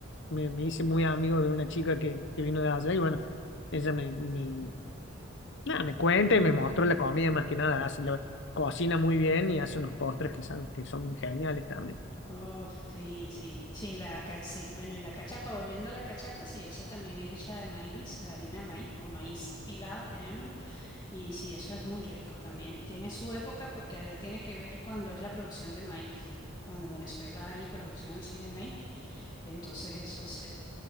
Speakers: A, on the left; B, on the left.
A: me, me hice muy amigo de una chica que, que vino de allá y bueno, ella me, me, Nada, me cuenta y me mostró la comida más que nada. Así la cocina muy bien y hace unos postres que son, que son geniales también.
B: oh, sí, sí, sí, la ca- sí. Bueno, y la cachapa, volviendo a la cachapa, sí, esa también es hecha de maíz, harina de maíz o maíz pilado que llaman. Y sí, eso es muy rico también. Tiene su época porque allá tiene que ver cuando es la producción de maíz. Cuando en Venezuela hay producción así de maíz, entonces eso